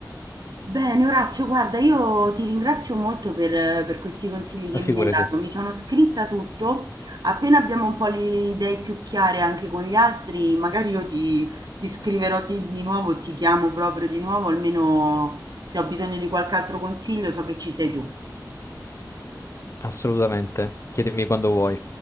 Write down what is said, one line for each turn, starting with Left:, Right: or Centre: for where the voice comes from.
Right: Bene Orazio, guarda, io ti ringrazio molto per, per questi consigli che
Left: figurati,
Right: mi hai dato. Mi sono scritta tutto. Appena abbiamo un po' le idee più chiare anche con gli altri, magari io ti, ti scriverò ti- di nuovo, ti chiamo proprio di nuovo, almeno se ho bisogno di qualche altro consiglio so che ci sei tu.
Left: assolutamente. Chiedimi quando vuoi.